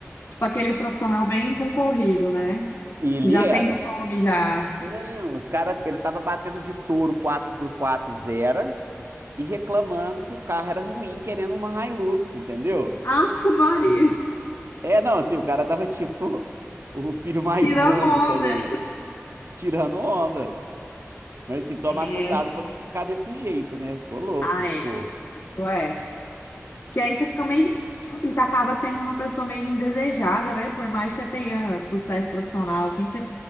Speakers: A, on the left (about 55°); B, on the right (about 55°).
A: Tipo aquele profissional bem concorrido, né?
B: E ele
A: Já
B: era.
A: fez um nome, já.
B: Não, o cara, ele tava batendo de touro quatro por quatro zero e reclamando que o carro era ruim, querendo uma Hilux, entendeu?
A: Ave Maria.
B: É, não, assim, o cara tava tipo <laughs> o filho mais
A: Tirando
B: novo
A: onda.
B: também, tirando onda. Mas assim, tomar
A: É.
B: cuidado pra não ficar desse jeito, né? Ficou louco,
A: Ah, é.
B: pô.
A: Isso é. Porque aí você fica meio. Tipo assim, você acaba sendo uma pessoa meio indesejada, né? Por mais que você tenha sucesso profissional, assim, você.